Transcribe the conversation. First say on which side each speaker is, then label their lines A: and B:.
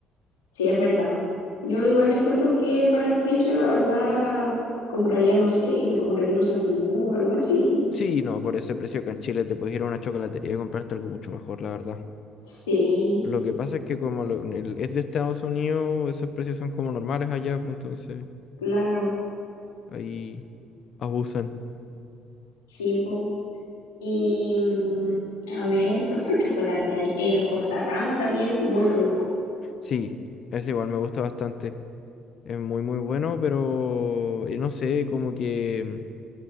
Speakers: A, on the left (about 80°); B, on the left (about 55°).
A: Sí, es verdad. Yo igual encuentro que para el precio, la verdad, compraría, no sé, me compraría un Sanenú o algo así. <laughs>
B: Sí, no, por ese precio que en Chile te puedes ir a una chocolatería y comprarte algo mucho mejor, la verdad.
A: Sí,
B: Lo que pasa es que como lo- el- es de Estados Unidos, esos precios son como normales allá, pues entonces
A: claro,
B: ahí abusan.
A: sí, po. Y mm, a ver, ¿qué otro chocolate hay? El Costarrama también, muy rico.
B: Sí, es igual, me gusta bastante. Es muy, muy bueno, pero eh, no sé, como que...